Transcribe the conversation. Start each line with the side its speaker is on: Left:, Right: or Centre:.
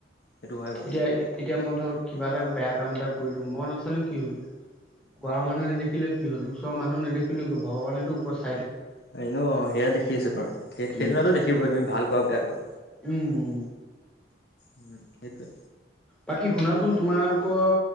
Left: সেইটো হয় বাৰু
Centre: এতিয়া, এতিয়া মই ধৰ কিবা এটা বেয়া কাম এটা কৰিলো মই নাচালো কি হলো গাঁৱৰ মানুহ দেখিলে কি হ' ওচৰৰ মানুহে নেদেখিলে কিয় হব ভগৱানেতো উপস্থ
Left: <unintelligible> সেয়া দেখি আছে বাৰু, সেই সেইজনেতো
Centre: উম
Left: দেখিব তুমি ভাল কোৱা বেয়া কোৱা।
Centre: উম উ
Left: উম সেইটোৱে।
Centre: বাকী, শুনাচোন তোমালোকৰ